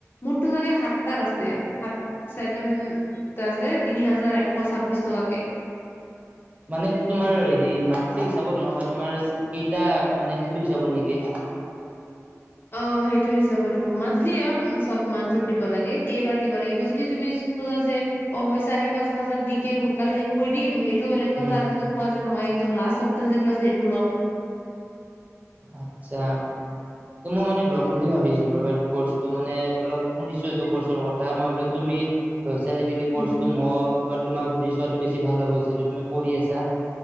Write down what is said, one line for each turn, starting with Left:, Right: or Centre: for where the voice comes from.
Left: মোৰ টো সাত তা আছে চেভেন তা আছে। তিনি হাজাৰ এশ ছাবিছ টকাকে।
Right: মানে এইটো তোমাৰ হেৰি মানসে হিচাপত নহয় তোমাৰ কেইটা মানে সেইটো হিচাপত নেকি?
Left: অ', সেইটো হিচাপত হ'ব মান্থলি অ চব মান্থত দিব লাগে কেইবাৰ দিব লাগিব যদি তুমি খোজা যে অ, মই চাৰি পাচ হাজাৰ দিকে সোনকালে শেষ কৰি দিম সেইটো এইটো বেলেগ কথা
Right: উম
Left: আৰু যদি কোৱা যে নহয় একদম লাষ্ট অপশচন যিটো আছে সেইটো ল'ম।
Right: আচ্ছা, ত মই মানে ল'ম বুলি ভাবিছিলো ৰবা এইটো কৰ্চ। টো মানে অলপ শুনিছো এইটো কৰ্চৰ কথা। মই ভাবিলোঁ তুমি লৈছা যদি সেই কৰ্চটো
Left: উম
Right: মই তোমাক হোধি চোৱাটো বেছি ভাল হ'ব। যিহেতু তুমি কৰি আছা।